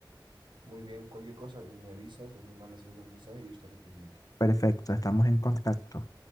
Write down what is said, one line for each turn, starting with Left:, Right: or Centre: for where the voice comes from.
Right: Muy bien, cualquier cosa me avisas o me mandas algún mensaje y yo estaré pendiente.
Left: perfecto, estamos en contacto.